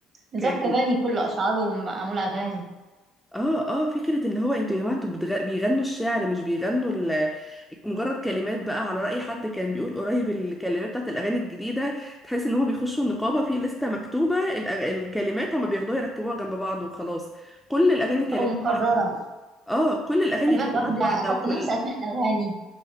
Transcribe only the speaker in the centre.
ك-
اه اه فكرة اللي هو انتوا يا جماعة انتوا بتغ... بيغنوا الشعر مش بيغنوا ال... مجرد كلمات بقى على رأي حد كان بيقول قريب الكلمات بتاعت الأغاني الجديدة تحس ان هما بيخشوا النقابة في لستة مكتوبة الأغ... الكلمات هما بياخدوها يركبوها جنب بعض وخلاص كل الأغاني كلمات
واحدة اه كل الأغاني
كلمات
واحدة
وكل